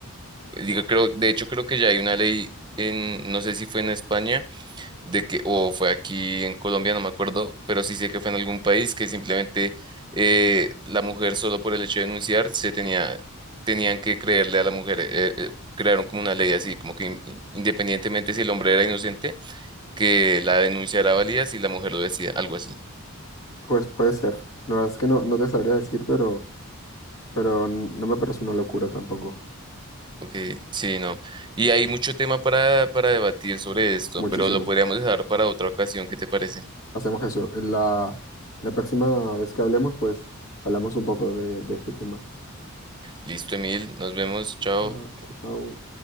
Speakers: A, on the right; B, on the left.
A: Digo, creo, de hecho, creo que ya hay una ley en, no sé si fue en España, de que, o fue aquí en Colombia, no me acuerdo, pero sí sé que fue en algún país que simplemente eh, la mujer solo por el hecho de denunciar se tenía, tenían que creerle a la mujer. eh, eh, crearon como una ley así, como que in- independientemente si el hombre era inocente, que la denuncia era válida si la mujer lo decía, algo así.
B: Pues puede ser. La verdad es que no, no te sabría decir, pero, pero n- no me parece una locura tampoco.
A: Ok, sí, no. Y hay mucho tema para, para debatir sobre esto,
B: Muchísimo.
A: pero lo podríamos dejar para otra ocasión. ¿Qué te parece?
B: Hacemos eso. En la, la próxima vez que hablemos, pues hablamos un poco de, de este tema.
A: Listo, Emil. Nos vemos. Chao.
B: Ah, chao, chao.